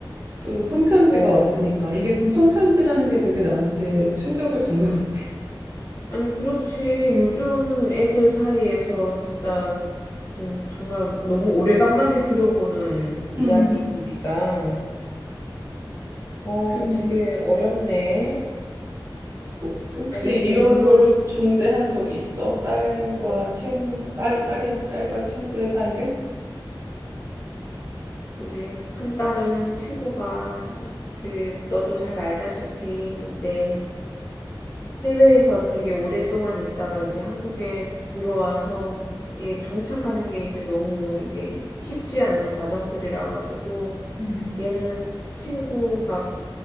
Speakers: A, on the right (about 35°); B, on the left (about 35°).
A: 또 손편지가
B: 어
A: 왔으니까 이게 좀 손편지라는 게 되게 나한테 충격을 준 것 같아.
B: 아니, 그렇지. 요즘 애들 사이에서 진짜 좀 정말 너무 오래간만에 들어보는 이야기들이다.
A: 음,
B: 어,
A: 그,
B: 되게 어렵네.
A: 또 혹시
B: 아니, 이제
A: 이런
B: 물론
A: 걸로 중재한 적이 있어? 딸과 친구, 딸, 딸이, 딸과 친구의 사이를?
B: 우리 큰딸은 친구가 그, 너도 잘 알다시피 이제 해외에서 되게 오랫동안 있다가 이제 한국에 들어와서 예, 정착하는 게 이제 너무 이게 쉽지 않는 과정들이라 가지고
A: 음,
B: 얘는 친구가